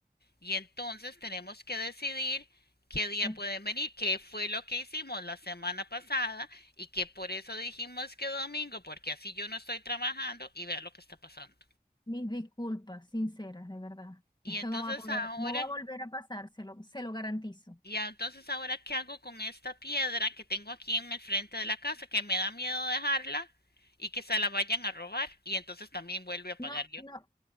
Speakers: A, on the left (about 80°); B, on the left (about 25°).
A: Y entonces tenemos que decidir qué día
B: Ok.
A: pueden venir, qué fue lo que hicimos la semana pasada y que por eso dijimos que domingo, porque así yo no estoy trabajando y vea lo que está pasando.
B: Mis disculpas sinceras, de verdad.
A: Y
B: Esto
A: entonces
B: no va a poder,
A: ahora
B: no va a volver a pasar, se lo, se lo garantizo.
A: Y entonces ahora qué hago con esta piedra que tengo aquí en el frente de la casa, que me da miedo dejarla y que se la vayan a robar. Y entonces también vuelvo a
B: No,
A: pagar yo.
B: no.